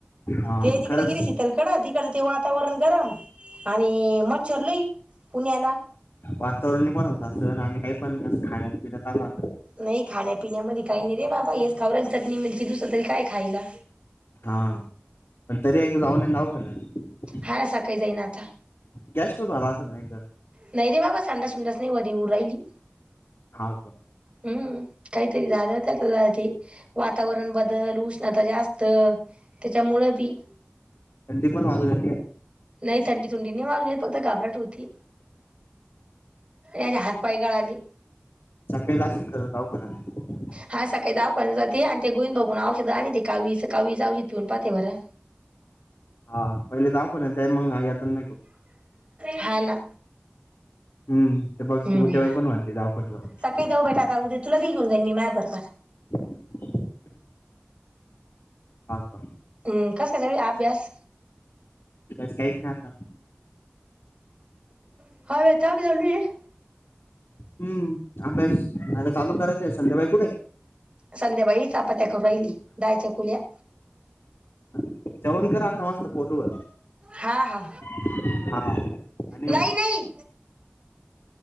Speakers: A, on the left; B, on the right.
A: हा
B: ते तिकडे
A: खरंच
B: गेली शितल कडं तिकडच ते वातावरण गरम आणि मच्छर लई पुण्याला.
A: वातावरणने पण होतं असं आणि काही पण असं खाण्यात पिण्यात आला
B: नाही खाण्यापिण्यामध्ये काही नाही रे बाबा हेच खाऊ राहिली चटणी मिरची दुसर तरी काय खायला.
A: हां पण तरी एकदा जाऊन ये ना दवाखान्यात.
B: हां सकाळी जाईन आता.
A: गॅस्ट्रो झाला असेल नाहीतर.
B: नाही रे बाबा सांडास बिंडास नाही वारी येऊ राहिली.
A: हा का
B: हम्म काहीतरी झालंय त्याच्याआधी. वातावरण बदल, उष्णता जास्त त्याच्यामुळं बी
A: थंडी पण वाजून येते.
B: नाही थंडी थुंडी नाही वाजून फक्त घाबराट होती. आणि हातपाय गळाली.
A: मग काय जाशील खरं दवाखाण्याला.
B: हां सकाळी दवाखान्याला जाते आणि ते गोळी बघून औषध आणिते कावीळी काविळीच औषध पिऊन पाहते बरं.
A: हां पहिले दवाखान्यात जाय मंग नाही आता <unintelligible>
B: हां ना.
A: हम्म ते बघ ती
B: हम्म
A: <unintelligible> बाई पण म्हनते दवाखान्याला <unintelligible>
B: सकाळी जाऊ बेटा आता उद्या तुला बी घेऊन जाईन मी मायाबरोबर.
A: <inaudible> हां का.
B: ते कसंल तरी अभ्यास
A: बस काहीच नाई आता.
B: <unintelligible>
A: हूं. अभ्यास आता चालू करायचंय, संध्याबाई कुटंय?
B: संध्याबाई चपात्या करु राहिली, दाळ चकुल्या.
A: जेवण कर आता, मस्त पोटभर.
B: हा हा.
A: हा आणि येऊ?
B: नाही नाही